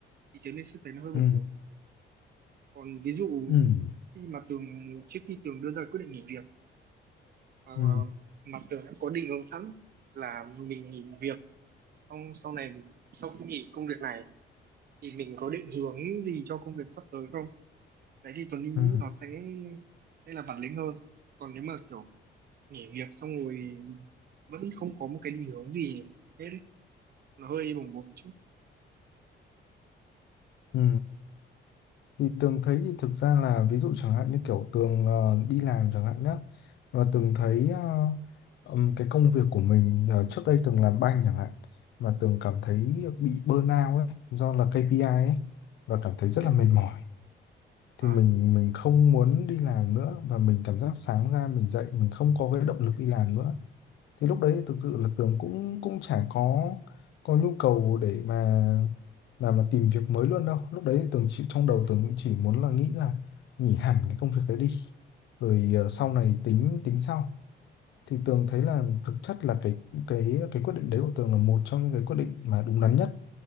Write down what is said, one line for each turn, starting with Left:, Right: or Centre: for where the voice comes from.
Right: thì Trấn Linh sẽ thấy nó hơi bồng
Left: ừ
Right: bột còn ví dụ
Left: ừ
Right: khi mà Tường trước khi Tường đưa ra quyết định nghỉ việc ờ,
Left: ừ
Right: mà Tường đã có định hướng sẵn là mình nghỉ việc xong sau này mình- sau khi nghỉ công việc này thì mình có định hướng gì cho công việc sắp tới không đấy thì Tuấn Linh
Left: ừ
Right: nghĩ nó sẽ sẽ là bản lĩnh hơn còn nếu mà kiểu nghỉ việc xong rồi vẫn không có một cái định hướng gì hết ý. nó hơi bồng bột một chút
Left: ừ Thì Tường thấy thì thực ra là ví dụ chẳng hạn như kiểu Tường ờ, đi làm chẳng hạn nhá và Tường thấy ờ, ừm, cái công việc của mình ờ, trước đây Tường làm banh chẳng hạn mà Tường cảm thấy bị burnout ấy do là KPI ấy và cảm thấy rất
Right: ừ.
Left: là mệt mỏi thì
Right: à
Left: mình mình không muốn đi làm nữa và mình cảm giác sáng ra mình dậy mình không có cái động lực đi làm nữa thì lúc đấy thì thực sự là Tường cũng cũng chả có có nhu cầu để mà mà mà tìm việc mới luôn đâu lúc đấy thì Tường chỉ, trong đầu Tường cũng chỉ muốn là nghĩ là nghỉ hẳn cái công việc đấy đi rồi ờ, sau này tính tính sau thì Tường thấy là thực chất là cái cái cái quyết định đấy của Tường là một trong những cái quyết định mà đúng đắn nhất